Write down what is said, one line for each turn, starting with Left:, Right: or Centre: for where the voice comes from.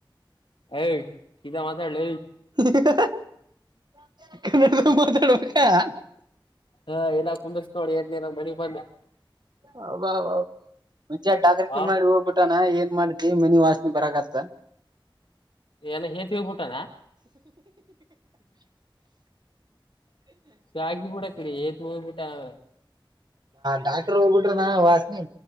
Left: ಯ್ ಸೀತಾ ಮಾತಾಡ್ಲ
Right: <unintelligible>
Left: ಹಾ ಎಲ್ಲ ಕುಂದ್ರಸ್ ನೋಡ ಎ ಮಣಿ ಬಂದ್
Right: ಹಬ ಮುಂಚೆ ಟಾಗರ್ಕಿ
Left: ಆ
Right: ಮಾಡಿ ಹೋಗ್ಬಿಟಾನ ಏನ್ ಮಾಡ ಈ ಮನಿ ವಾಸನೆ ಬರಕತ
Left: ಏನ ಹೇತಿ ಹೋಗಬಿಟಾನ ಶಾಗ ಕೂಡ ರಿ ಮೂಬಟಾವ
Right: ಡಾಕ್ಟರ್ ಹೋಗ್ಬಿಟ್ರೆ ನಾ ವಾಸನೆ